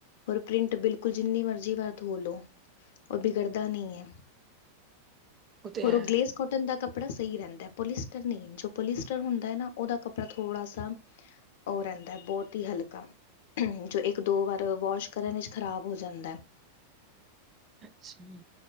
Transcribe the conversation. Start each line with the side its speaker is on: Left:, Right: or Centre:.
Left: ਰ ਪ੍ਰਿੰਟ ਬਿਲਕੁਲ ਜਿੰਨੀ ਮਰਜ਼ੀ ਵਰ ਧੋ ਲੋ। ਉਹ ਬਿਗੜਦਾ ਨਹੀਂ ਹੈ,
Right: ਤੇ
Left: ਹੋਰ
Right: ਹੈ
Left: ਉਹ ਗਲੇਸ ਕੋਟਨ ਦਾ ਕੱਪੜਾ ਸਹੀ ਰਹਿੰਦਾ ਹੈ। ਪੋਲਿਸਟਰ ਨਹੀਂ ਜੋ ਪੋਲਿਸਟਰ ਹੁੰਦਾ ਹੈ ਨਾ, ਉਹਦਾ ਕੱਪੜਾ ਥੋੜਾ ਸ ਉਹ ਰਹਿੰਦਾ ਬਹੁਤ ਹੀ ਹਲਕਾ, ਹਮ ਜੋ ਇੱਕ ਦੋ ਵਾਰ ਵਾਸ਼ ਕਰਨ ਵਿੱਚ ਖ਼ਰਾਬ ਹੋ ਜਾਂਦਾ ਹੈ।
Right: ਅੱਛਾ